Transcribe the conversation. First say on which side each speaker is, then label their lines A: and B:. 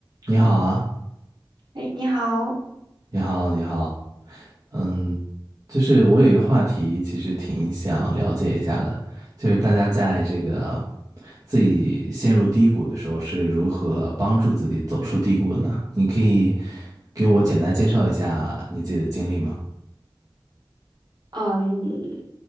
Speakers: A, on the right (about 45°); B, on the right (about 60°).
A: 你好啊，
B: 哎，你好，
A: 你好，你好，嗯，就是我有一个话题，其实挺想了解一下的，就是大家在这个自己陷入低谷的时候是如何帮助自己走出低谷的呢？你可以给我简单介绍一下你自己的经历吗？
B: 嗯，